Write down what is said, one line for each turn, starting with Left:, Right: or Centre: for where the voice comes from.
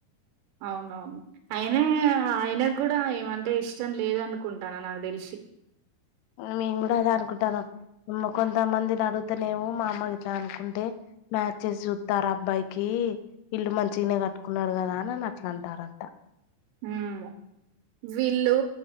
Right: అవునవును. అయినా ఆయనక్ గూడా ఈమంటే ఇష్టం లేదనుకుంటాన్న నాక్ తెల్సి <inaudible>
Left: మేం గుడ అదే అనుకుంటానం. ఏమో కొంతమందిని అడుగుతేనేమో మా అమ్మ గిట్ల అనుకుంటే మ్యాచెస్ జుత్తార్ అబ్బాయికి ఈ ఇల్లు మంచిగనే కట్టుకున్నార్ గదా అ అని అట్లా అంటారంట
Right: మ్ వీళ్ళు